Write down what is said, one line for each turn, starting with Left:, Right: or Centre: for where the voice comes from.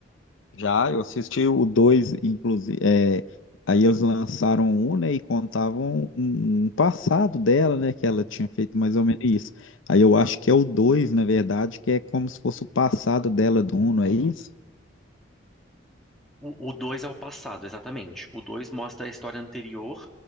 Left: Já, eu assisti o 2 inclusive. É, aí eles lançaram um, né? E contavam um, um passado dela, né? Que ela tinha feito mais ou menos isso. Aí eu acho que é o 2 na verdade, que é como se fosse o passado dela do um não é isso?
Centre: O 2 é o passado, exatamente. O 2 mostra a história anterior,